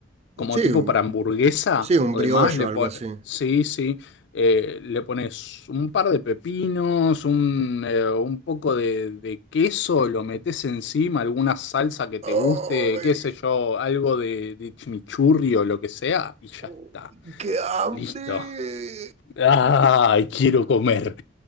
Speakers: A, on the left; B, on the right.
A: como
B: Sí,
A: tipo
B: u-
A: para hamburguesa
B: sí, un
A: o
B: brioche
A: demás, le
B: o algo
A: po-
B: así.
A: sí, sí, eh, le pones un par de pepinos, un, eh, un poco de, de queso, lo metes encima, alguna salsa que te
B: Ay,
A: guste, qué sé yo, algo de, de chimichurri o lo que sea, y ya
B: oh,
A: está.
B: ¡Qué hambre!
A: Listo. ¡Ay, quiero comer!